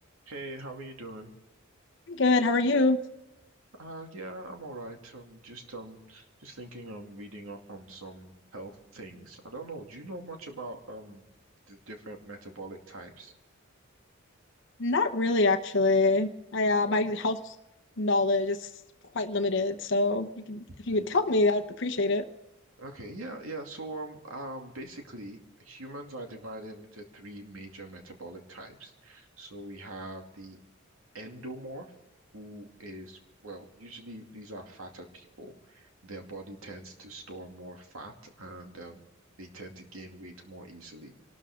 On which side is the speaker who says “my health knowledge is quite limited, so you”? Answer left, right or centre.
Left